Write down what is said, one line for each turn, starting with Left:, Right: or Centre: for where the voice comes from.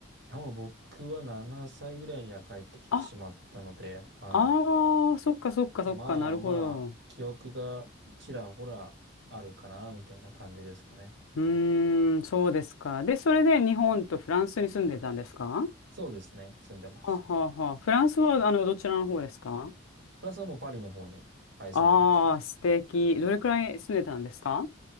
Right: や、もう僕は7歳ぐらいには帰ってきてしまったので、
Left: あ、
Right: はい。
Left: ああ、そっかそっかそっか、
Right: まあまあ、
Left: なるほど。
Right: 記憶がちらほらあるかな、みたいな感じですかね。
Left: うーん、そうですか。で、それで日本とフランスに住んでたんですかは
Right: そうですね。住んでました。
Left: あはあはあ。フランスは、あの、どちらの方ですか
Right: プラスはもうパリの方に、はい、
Left: ああー、
Right: 住んでました。
Left: 素敵。どれくらい住んでたんですか